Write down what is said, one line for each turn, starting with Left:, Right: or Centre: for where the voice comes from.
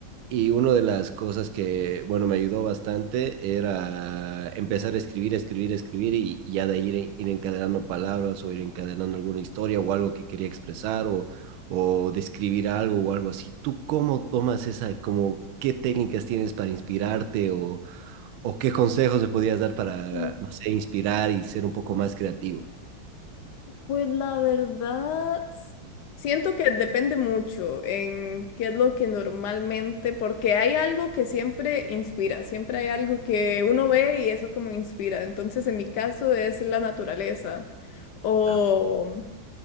Right: Y una de las cosas que, bueno, me ayudó bastante era empezar a escribir, escribir, escribir y y ya de ahí ir, ir encadenando palabras o ir encadenando alguna historia o algo que quería expresar o, o describir algo o algo así. ¿Tú cómo tomas esa, como qué técnicas tienes para inspirarte o, o qué consejos me podías dar para,
Left: <laughs>
Right: no sé, inspirar y ser un poco más creativo?
Left: Pues la verdad, s- siento que depende mucho en qué es lo que normalmente, porque hay algo que siempre inspira, siempre hay algo que uno ve y eso como inspira. Entonces, en mi caso es la naturaleza o
Right: Ah,